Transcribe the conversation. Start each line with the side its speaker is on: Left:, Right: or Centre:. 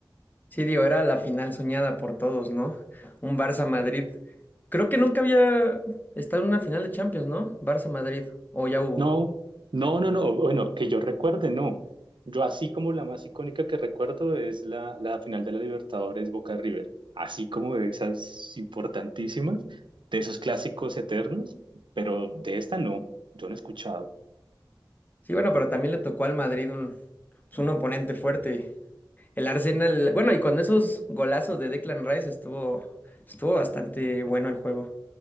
Left: Sí, digo, era la final soñada por todos, ¿no? Un Barça-Madrid. Creo que nunca había estado en una final de Champions, ¿no? Barça-Madrid. O ya hubo.
Right: No, no, no, no. Bueno, que yo recuerde, no. Yo así como la más icónica que recuerdo es la, la final de la Libertadores Boca River. Así como de esas importantísimas, de esos clásicos eternos, pero de esta no, yo no he escuchado.
Left: Sí, bueno, pero también le tocó al Madrid un, pues, un oponente fuerte. El Arsenal. Bueno, y con esos golazos de Declan Rice estuvo, estuvo bastante bueno el juego.